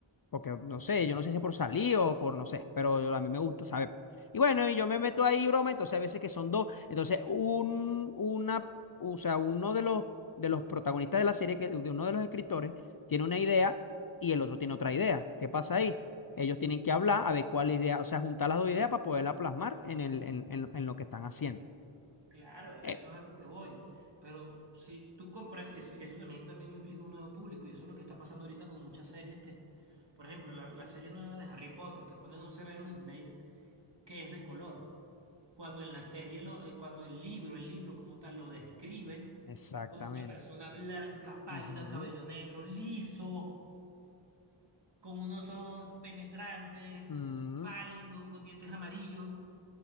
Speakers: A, on the left; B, on the right.
A: porque no sé, yo no sé si es por salir o por no sé, pero yo- a mí me gusta saber. Y bueno, y yo me meto ahí, broma, entonces a veces que son dos, entonces un, una, o sea, uno de los, de los protagonistas de la serie, que, de uno de los escritores, tiene una idea y el otro tiene otra idea. ¿Qué pasa ahí? Ellos tienen que hablar a ver cuál idea, o sea, juntar las dos ideas para poderla plasmar en el, en, en- en lo que están haciendo.
B: Claro, a
A: Eh,
B: eso es a lo que voy. Pero si tú compras, y eso, y eso también, también implica un nuevo público, y eso es lo que está pasando ahorita con muchas series que, por ejemplo, la, la serie nueva de Harry Potter, que ponen a un Severus Snape que es de color, cuando en la serie, lo, eh, cuando el libro, el libro como tal, lo describe
A: Exactamente.
B: como una persona blanca, pálida,
A: Ujú.
B: cabello negro, liso, con unos ojos penetrantes,
A: Mm,
B: pálido, con dientes amarillos.